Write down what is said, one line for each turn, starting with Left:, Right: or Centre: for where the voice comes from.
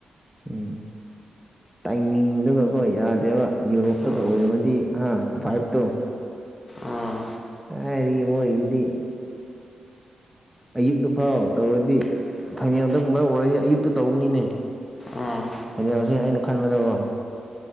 Centre: ꯎꯝ ꯇꯥꯏꯃꯤꯡꯗꯨꯒꯀꯣ ꯌꯥꯗꯦꯕ ꯌꯨꯔꯣꯞꯇꯒ
Left: ꯎꯝ
Centre: ꯑꯣꯏꯔꯝꯃꯗꯤ ꯑ ꯐꯥꯏꯕꯇꯣ
Left: ꯎꯝ
Centre: ꯍꯥꯏꯒ ꯃꯣꯏꯗꯗꯤ ꯑꯌꯨꯛꯇ ꯐꯥꯎ ꯇꯧꯔꯗꯤ ꯐꯥꯏꯅꯦꯜꯗꯒꯨꯝꯕ ꯑꯣꯏꯔꯗꯤ ꯑꯌꯨꯛꯇ ꯇꯧꯕꯅꯤꯅꯦ
Left: ꯎꯝ
Centre: ꯀꯩꯅꯣꯁꯤ ꯑꯩꯅ ꯈꯟꯕꯗꯧꯕꯣ